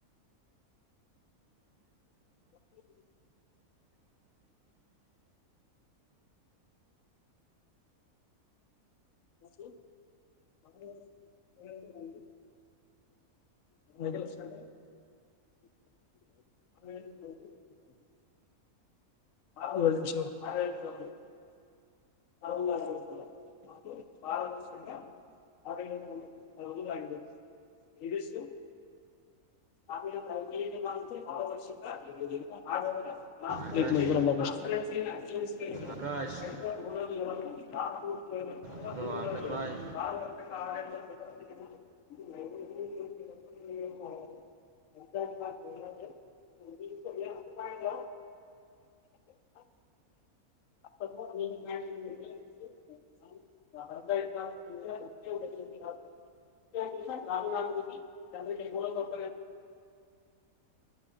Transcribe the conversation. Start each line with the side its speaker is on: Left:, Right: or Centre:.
Left: ಹ್ <inaudible> <inaudible> ಬಾಳ <inaudible> ಆ ಕ ನ <unintelligible> ಮ ಇದಿಷ್ಟು <inaudible> ಕಾರ್ಯದರ್ಶಿತ <unintelligible>
Right: ಆಕಾಶ್ ಆಕಾಶ್ ಹಲೋ ಆಗದ್ ಬಾಯ್
Left: <unintelligible>